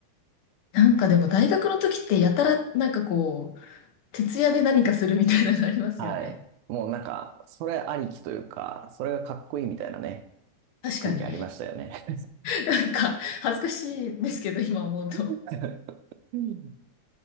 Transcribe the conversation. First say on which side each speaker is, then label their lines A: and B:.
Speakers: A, on the left (about 80°); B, on the right (about 80°).
A: なんかでも大学の時ってやたらなんかこう、徹夜で何かするみたいなのありますよね。
B: はい。もうなんか、それありきというか、それがかっこいいみたいなね、
A: 確かに。
B: 空気ありましたよね。
A: なんか恥ずかしいですけど、今思うと。
B: <laughs> うん